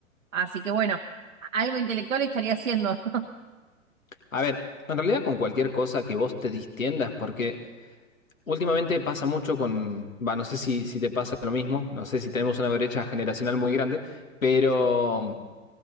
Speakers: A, on the right (about 70°); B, on the left (about 75°).
A: Así que bueno, algo intelectual estaría haciendo. <laughs>
B: A ver, en realidad con cualquier cosa que vos te distiendas, porque últimamente pasa mucho con, va, no sé si, si te pasa lo mismo, no sé si tenemos una brecha generacional muy grande, pero